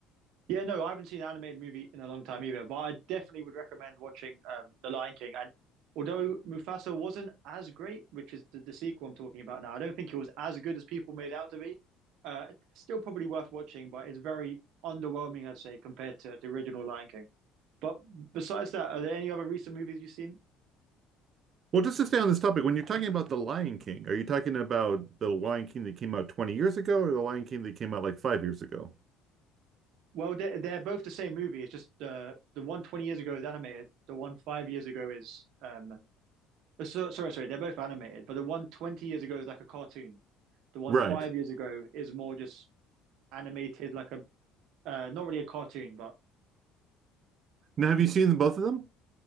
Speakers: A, on the right; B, on the right.
A: Yeah, no, I haven't seen an animated movie in a long time either, but I definitely would recommend watching um, The Lion King. And although Mufasa wasn't as great, which is the, the sequel I'm talking about now, I don't think it was as good as people made out to be. Uh, it's still probably worth watching, but it's very underwhelming, I'd say, compared to the original Lion King. But besides that, are there any other recent movies you've seen?
B: Well, just to stay on this topic, when you're talking about The Lion King, are you talking about The Lion King that came out 20 years ago or The Lion King that came out like five years ago?
A: Well, they're, they're both the same movie. It's just uh, the one 20 years ago is animated, the one five years ago is um, So, sorry, sorry, they're both animated, but the one 20 years ago is like a cartoon. The one
B: Right.
A: five years ago is more just animated, like a uh, not really a cartoon, but
B: Now, have you seen both of them?